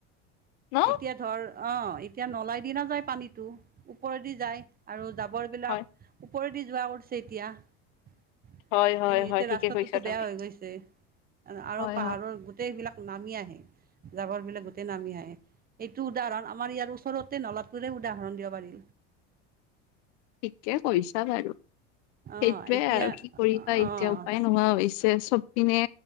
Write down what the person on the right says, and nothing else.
এতিয়া ধৰ অ এতিয়া নলাই দি নাযায় পানীটো ওপৰেদি যায় আৰু জাবৰ বিলাক
ওপৰেদি যোৱা কৰিছে এতিয়া তেনেক
এতিয়া
ৰাস্তাটোতো
বেয়া হৈ গৈছে আৰু
পাহাৰৰ
গোট গোটেইবিলাক নামি আহে জাবৰ বিলাক গোটেই নামি আহে এইটো উদাহৰণ আমাৰ ইয়াৰ ওচৰত নলাটোৰে উদাহৰণ দিব পাৰি
অঁ
এতিয়া
অঁ